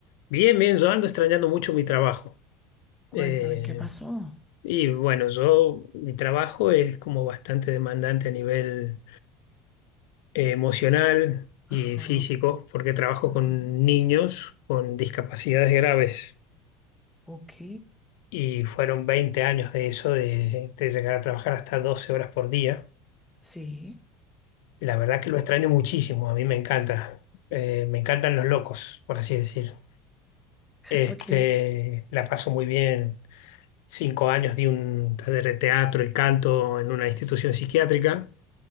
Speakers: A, on the left (about 80°); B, in the centre.
A: Bien, bien, yo ando extrañando mucho mi trabajo.
B: cuéntame,
A: Eh,
B: ¿qué pasó?
A: y bueno, yo, mi trabajo es como bastante demandante a nivel eh, emocional
B: Ajá,
A: y físico, porque trabajo
B: ujú,
A: con niños con discapacidades graves.
B: ok,
A: Y fueron 20 años de eso, de, de llegar a trabajar hasta 12 horas por día.
B: sí,
A: La verdad que lo extraño muchísimo, a mí me encanta. Eh, me encantan los locos, por así decir.
B: <laughs>
A: Este,
B: ok,
A: la paso muy bien. Cinco años di un taller de teatro y canto en una institución psiquiátrica,